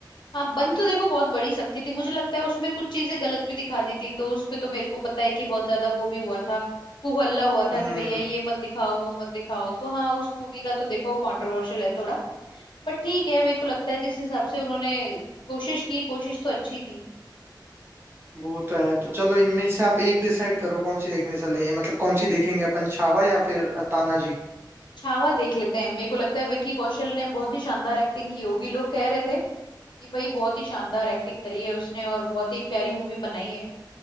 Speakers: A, on the left; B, on the right.
A: हाँ बन तो देखो बहुत बड़ी सकती थी मुझे लगता है उसमें कुछ चीजें गलत भी दिखा दी थी तो उस पे तो मेरे को पता है कि बहुत ज्यादा वो भी हुआ था हू हल्ला हुआ था
B: हम्म
A: कि भैया ये मत दिखाओ वो मत दिखाओ तो हाँ उस मूवी का तो देखो कंट्रोवर्शियल है थोड़ा बट ठीक है मेरे को लगता है जिस हिसाब से उन्होंने कोशिश की कोशिश तो अच्छी थी
B: वो तो है तो चलो इनमें से आप एक डिसाइड करो कौन सी देखने चले मतलब कौन सी देखेंगे अपन छावा या फिर तानाजी
A: छावा देख लेते हैं मेरे को लगता है विकी कौशल ने बहुत ही शानदार एक्टिंग की होगी लोग कह रहे थे कि भाई बहुत ही शानदार एक्टिंग करी है उसने और बहुत ही प्यारी मूवी बनाई है